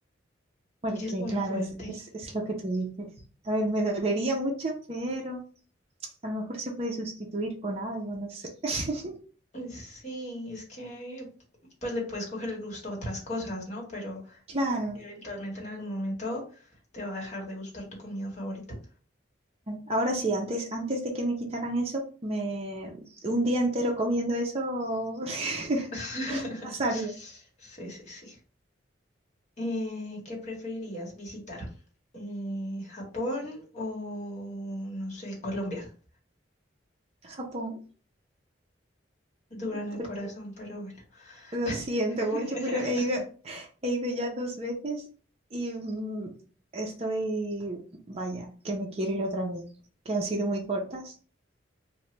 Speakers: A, on the right; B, on the left.
A: Porque,
B: Que es muy
A: claro,
B: fuerte.
A: es, es, es lo que tú dices. A ver, me dolería mucho, pero a lo mejor se puede sustituir con algo, no sé. <laughs>
B: Sí, es que pues le puedes coger el gusto a otras cosas, ¿no? Pero
A: Claro.
B: eventualmente en algún momento te va a dejar de gustar tu comida favorita.
A: Ahora sí, antes, antes de que me quitaran eso, me un día entero comiendo eso <laughs>
B: <laughs>
A: pasaría
B: Sí, sí, sí. Eh, ¿qué preferirías visitar? Eh, ¿Japón o, no sé, Colombia?
A: a Japón,
B: Dura en el
A: porque
B: corazón, pero bueno.
A: lo siento
B: <laughs>
A: mucho, pero he ido, he ido ya dos veces y mm, estoy, vaya, que me quiero ir otra vez, que han sido muy cortas